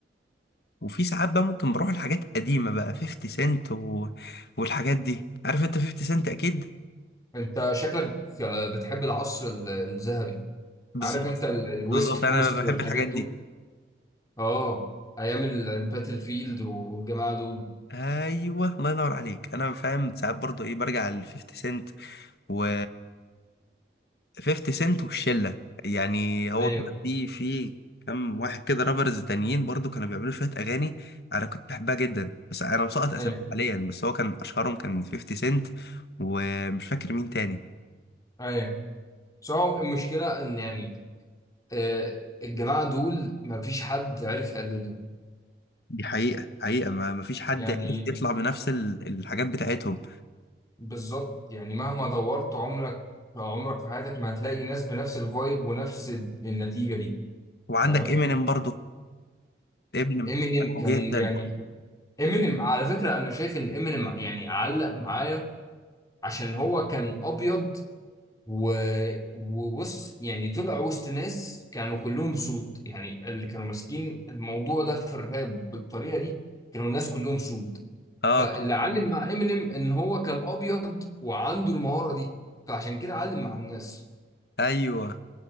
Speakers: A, on the left; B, on the left.
A: وفي ساعات بقى ممكن بروح لحاجات قديمة بقى 50 سنت و... والحاجات دي عارف انت 50 سنت أكيد
B: انت شكلك آه، بتحب العصر ال- الذهبي
A: بالظبط
B: عارف انت ال- الويست
A: بالظبط
B: كوست
A: أنا بحب
B: والحاجات
A: الحاجات
B: دول
A: دي
B: اه ايام ال- الباتل فيلد والجماعه دول
A: أيوه الله ينور عليك أنا فاهم ساعات برضو إيه برجع ل 50 سنت و... 50 سنت والشله يعني هو
B: ايوه
A: كده في في كم واحد كده رابرز تانيين برضو كانوا بيعملوا شويه اغاني انا كنت بحبها جدا بس انا مسقط اسامي
B: ايوه
A: حاليا بس هو كان اشهرهم كان 50 سنت ومش فاكر مين تاني
B: ايوه بس هو المشكله ان يعني آه، الجماعه دول ما فيش حد عرف يقلده
A: دي حقيقه حقيقه ما ما فيش حد
B: يعني
A: عرف يطلع بنفس ال- الحاجات بتاعتهم
B: بالظبط يعني مهما دورت عمرك عمرك في حياتك ما هتلاقي ناس بنفس الفايب ونفس النتيجة دي
A: وعندك
B: فاهم
A: امينيم برضو امينيم
B: امينيم
A: بحبه
B: كان
A: جدا
B: يعني امينيم على فكرة انا شايف ان امينيم يعني علق معايا عشان هو كان ابيض و... ووسط يعني طلع وسط ناس كانوا كلهم سود يعني اللي كانوا ماسكين الموضوع ده في الراب بالطريقة دي كانوا الناس كلهم سود
A: اه
B: فاللي علم مع امينيم ان هو كان ابيض وعنده المهارة دي فعشان كده علم مع الناس
A: ايوه